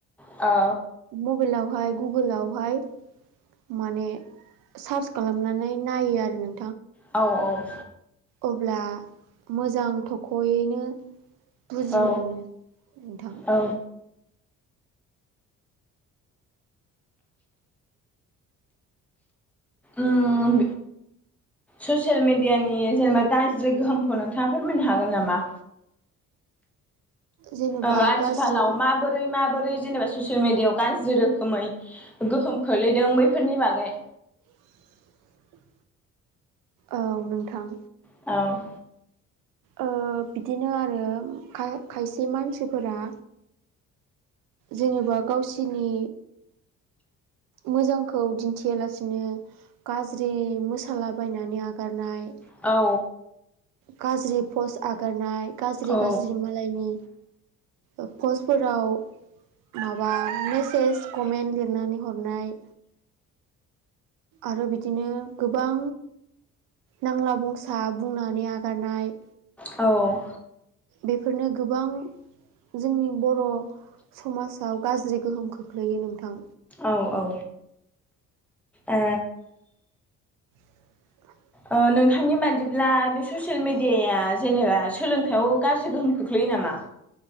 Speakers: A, in the centre; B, on the right.
A: औ
B: मबाइलआव हाय गुगोल आावहाय माने सार्च खालामनानै नायो आरो नों
A: औ औ
B: अब्ला मोजां थख'यैनो बुजिनो
A: औ
B: मोनो नोंथां।
A: औ उम ससियेल मिडियानि जेनेबा गाज्रि गोहोमखौ नोंथांङा फोरमायनो हागोन नामा?
B: जेनेबा
A: ओ आथिखालाव
B: गाज्रि औ
A: माबोरै माबोरै ब्रै जेबा ससियेल मिडियायाव गाज्रि रोखोमै गोहोम खख्लैदों बैफोरनि बागै
B: <inaudible> औ नोंथां।
A: औ
B: ओ बिदिनो आरो खा-खायसे मानसिफोरा जेनेबा गावसिनि मोजांखौ दिन्थियालासिनो गाज्रि मोसाला बायनानै आगारनाय
A: औ
B: गाज्रि पस आगारनाय गाज्रि-गाज्रि
A: औ
B: मालायनि पस्टफोराव माबा मेसेज कमेन्ट लिरनानै हरनाय आरो बिदिनो गोबां नांला बंसा बुंनानै आगारनाय
A: औ
B: बेफोरनो गोबां जोंनि बर' समाजाव गाज्रि गोहोम खोख्लैयो नोंथां
A: औ औ ए
B: <unintelligible>
A: ओ नोंथांनि बादिब्ला बे ससियेल मेडियाया जेनेबा सोलोंथाइयाव गाज्रि गोहोम खोख्लैयो नामा